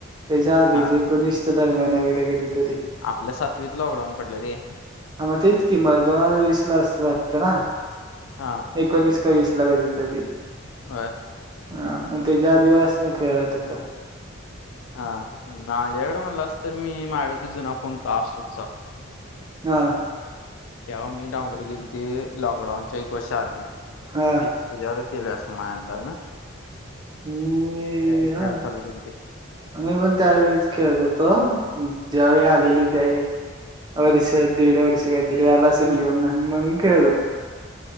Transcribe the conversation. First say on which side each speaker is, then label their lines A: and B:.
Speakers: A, on the right; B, on the left.
A: तेच्या आधी
B: हा
A: ऐकुनीस च्या दरम्यान कधी तरी,
B: आपले सातवीत लॉकडाऊन पडलं रे
A: हा तेच की मग दोन हजार वीस ला असं वाटतं.
B: हा
A: एकोणीस का वीस कधी तरी,
B: बरं
A: हा मग तेच्या आधी पासन खेळत होतो.
B: हा माझ्याकडे म्हणलांस तर मी माझ्याकडे जुना फोन होता, अशोक-
A: हा
B: तेव्हा मी डाउनलोड केलंती लॉकडाऊनच्या एक वर्षा आधी.
A: हा
B: तुझ्यावर केले असल <unintelligible>
A: हम्
B: खेळायला
A: हा
B: चालू केलते
A: मी पण त्यावेेळीच खेळत होतो, ज्यावेळी आलेली त्यावेळीं. वर्ष, दीड वर्ष, काहीतरी झालं असंल युन आणि म मी खेळत होतो.